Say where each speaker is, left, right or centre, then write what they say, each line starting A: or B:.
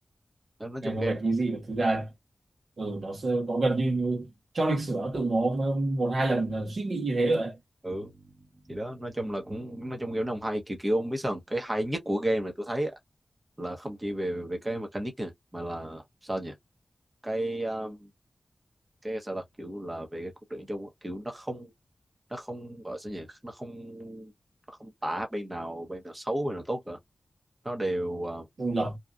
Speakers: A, on the right; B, on the right.
A: đó, nói
B: này
A: chung
B: có
A: game
B: vẻ như gì mà thực ra, ừ, nó sơ, có gần như như trong lịch sử nó từng có m- một hai lần là suýt bị như thế rồi đấy.
A: ừ thì đó nói chung là cũng nói chung game nó không hay kiểu kiểu ông biết sao không? cái hay nhất của game này tôi thấy á, là không chỉ về về cái mechanic nè mà là sao nhỉ cái um, cái sao là kiểu là về cái cốt truyện chung á, kiểu nó không nó không gọi sao nhỉ nó không nó không tả bên nào bên nào xấu bên nào tốt cả nó đều uh,
B: Đúng rồi,